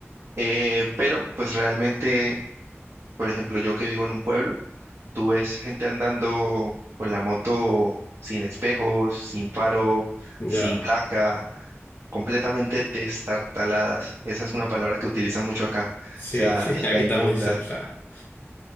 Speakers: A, on the right; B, on the left.
A: Eh, pero pues realmente Por ejemplo, yo que vivo en un pueblo, tú ves gente andando con la moto sin espejos, sin faro,
B: ya.
A: sin placa, completamente destartaladas. Esa es una palabra que utilizan mucho acá, o
B: Sí,
A: sea,
B: <laughs>
A: en
B: aquí
A: la inmunda.
B: también se usa.